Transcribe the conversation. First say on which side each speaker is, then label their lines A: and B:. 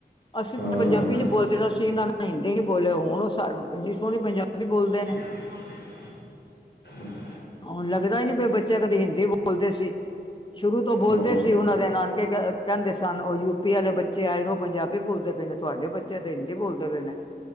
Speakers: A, on the left (about 25°); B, on the left (about 80°).
A: ਅਸੀਂ
B: ਹਾਂ
A: ਤਾਂ ਪੰਜਾਬੀ ਚ ਬੋਲਦੇ ਅਸੀਂ ਇਨਾਂ ਨਾਲ ਹਿੰਦੀ ਨੀ ਬੋਲੇ, ਹੋਣ ਸਾ ਇੰਨੀ ਸੋਣੀ ਪੰਜਾਬੀ ਬੋਲਦੇ ਨੇ।
B: <inaudible> ਹਮ,
A: ਹੋਨ ਲੱਗਦਾ ਈ ਨੀ ਬਈ ਬੱਚੇ ਕਦੇ ਹਿੰਦੀ ਬੋਲਦੇ ਸੀ। ਸ਼ੁਰੂ ਤੋਂ ਬੋਲਦੇ
B: ਹੂੰ
A: ਸੀ ਓਨਾਂ ਦੇ ਨਾਨਕੇ ਕ, ਕੈਂਦੇ ਸਨ ਓ ਯੂਪੀ ਵਾਲੇ ਬੱਚੇ ਆਏ ਓ ਪੰਜਾਬੀ ਬੋਲਦੇ ਤੁਹਾਡੇ ਬੱਚੇ ਤੇ ਹਿੰਦੀ ਬੋਲਦੇ ਪੇ ਨੇ,